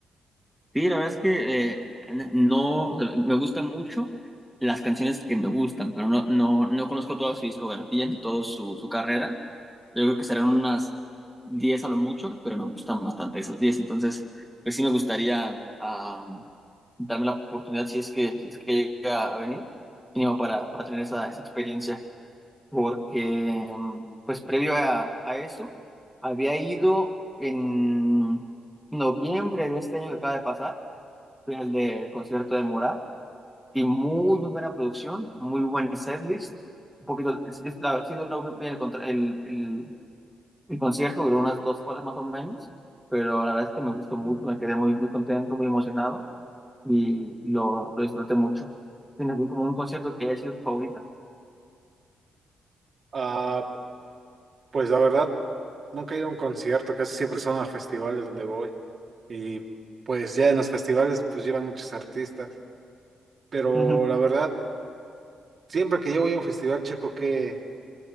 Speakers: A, in the centre; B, on the right.
A: Sí, la verdad es que eh, no, o sea, me gustan mucho las canciones que me gustan, pero no, no, no conozco toda su discografía ni toda su, su carrera. Yo creo que serán unas 10 a lo mucho, pero me gustan bastante esas 10. Entonces, pues sí me gustaría ah, darme la oportunidad si es que, si es que llega a venir, mínimo para, para tener esa, esa experiencia. Porque, pues previo a, a eso, había ido en noviembre de este año que acaba de pasar fui al de concierto de Morat y muy, muy buena producción, muy buen setlist. Un poquito, es- es- la, sí duró bien el, contra- el, el, el concierto, duró unas dos horas más o menos, pero la verdad es que me gustó mucho, me quedé muy, muy contento, muy emocionado y lo, lo disfruté mucho. ¿Tienes así como un concierto que haya sido tu favorita?
B: Ah, pues la verdad, nunca he ido a un concierto, casi siempre son a festivales donde voy. Y pues ya en los festivales pues llevan muchos artistas. Pero
A: Ujú.
B: la verdad, siempre que yo voy a un festival checo qué,